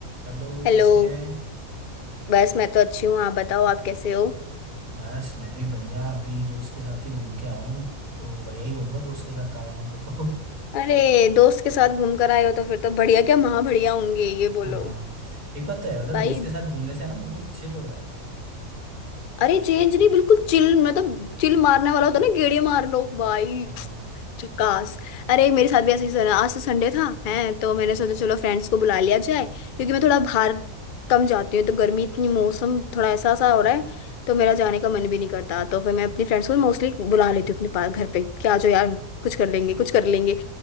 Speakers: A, on the right; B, on the left.
A: Hello
B: Hello
A: कैसे हैं
B: बस मैं तो अच्छी हूँ आप बताओ आप कैसे हो
A: बस मैं भी बढ़िया अभी दोस्त के साथ ही घूम के आया हूँ तो बढ़िया ही होऊंगा दोस्त के साथ आया हूँ तो तो <laughs>
B: अरे दोस्त के साथ घूम कर आए हो तो फिर तो बढ़िया क्या महा बढ़िया होंगे ये बोलो
A: हाँ एक बात तो है मतलब
B: भाई
A: दोस्त के साथ घूमने से है ना बिल्कुल चिल हो जाता है
B: अरे चेंज नहीं बिल्कुल चिल मतलब चिल मारने वाला होता है ना गेड़िया मार लो भाई
A: हाँ
B: झकास अरे मेरे साथ भी ऐसे ही सर आज तो संडे था है तो मैंने सोचा चलो फ्रेंड्स को बुला लिया जाए क्योंकि मैं थोड़ा बाहर कम जाती हूँ तो गर्मी इतनी मौसम थोड़ा ऐसा सा हो रहा है तो मेरा जाने का मन भी नहीं करता तो फिर मैं अपनी फ्रेंड्स को मोस्टली बुला लेती हूँ अपने पास घर पे कि आ जाओ यार कुछ कर लेंगे कुछ कर लेंगे